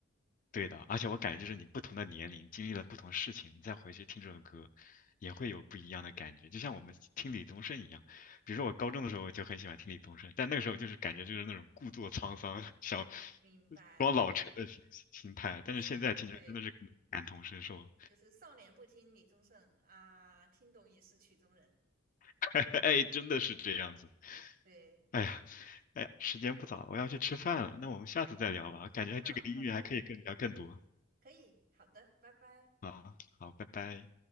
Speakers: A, on the left (about 40°); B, on the right (about 45°).
A: 对的，而且我感觉就是你不同的年龄经历了不同事情，你再回去听这首歌，也会有不一样的感觉。就像我们听李宗盛一样，比如说我高中的时候我就很喜欢听李宗盛，但那个时候就是感觉就是那种故作沧桑，想
B: 明白，
A: 装老成的心心态，但是现在听起来真的是感同身受，
B: 就是对，就是少年不听李宗盛啊，听懂已是曲中人。
A: <laughs> 哎，真的是这样子。
B: 对，
A: 哎呀，哎呀，时间不早了，我要去吃饭了。那我们下次再聊吧，感觉这个音乐还可以更聊更多
B: 嗯，好的。可以，好的，拜拜。
A: 啊。好，拜拜。